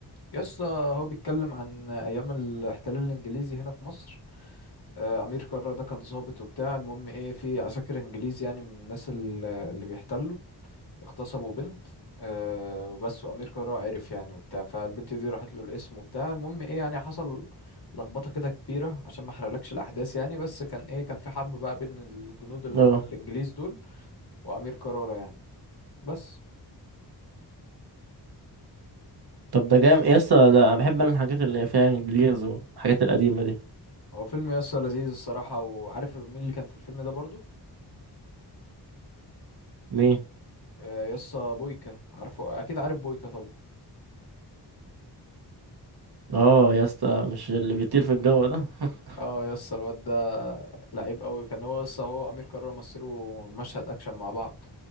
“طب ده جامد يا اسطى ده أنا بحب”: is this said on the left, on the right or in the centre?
Right